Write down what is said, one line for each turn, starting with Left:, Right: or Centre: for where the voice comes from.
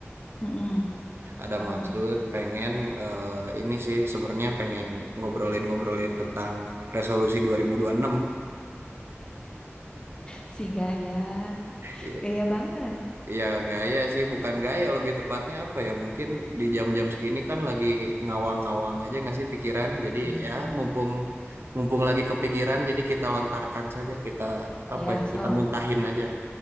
Left: Mm-mm.
Right: Ada
Left: Apa
Right: maksud
Left: tuh?
Right: pengen eh, ini sih sebenarnya pengen ngobrolin-ngobrolin tentang resolusi 2026.
Left: Si gaya.
Right: I-
Left: Gaya banget.
Right: Ya gaya sih, bukan gaya lebih tepatnya apa ya? Mungkin di jam-jam segini kan lagi ngawang-ngawang aja nggak sih pikiran. Jadi
Left: Hmm,
Right: ya mumpung mumpung lagi kepikiran, jadi kita lontarkan saja, kita apa
Left: ya,
Right: ya?
Left: so.
Right: Kita muntahin aja.